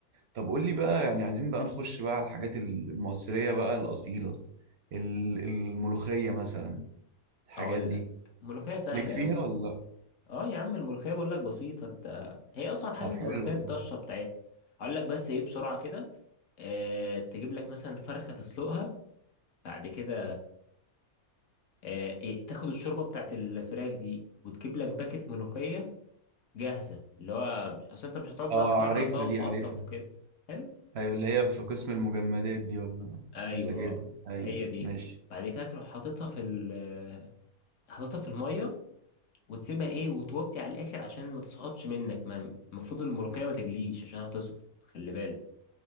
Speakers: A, on the right; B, on the left.
A: طب قول لي بقى يعني عايزين بقى نخش بقى على الحاجات المصرية بقى الأصيلة ال- الملوخية مثلا الحاجات
B: هقول
A: دي
B: لك الملوخيه سهله
A: ليك فيها
B: قوي
A: ولا لا
B: اه يا عم الملوخية بقول لك بسيطة انت هي أصعب حاجة
A: طب
B: في
A: حلو
B: الملوخية
A: والله
B: الطشة بتاعتها هقول لك بس ايه بسرعة كده اه تجيب لك مثلا فرخة تسلقها بعد كده اه إيه، تاخد الشوربة بتاعت الفراخ دي وتجيب لك باكت ملوخية جاهزة اللي هو أصل انت مش هتقعد
A: اه
B: بقى تخرط
A: عارفها
B: بقى
A: دي
B: وتقطف
A: عارفها
B: وكده حلو
A: ايوه اللي هي في قسم المجمدات دي ولا
B: ايوه
A: الثلاجات دي ايوه
B: هي دي
A: ماشي
B: بعد كده تروح حاططها في ال حاططها في المية وتسيبها ايه وتوطي على الآخر عشان ما تسقطش منك ما المفروض الملوخية ما تجليش عشان هتسقط خلي بالك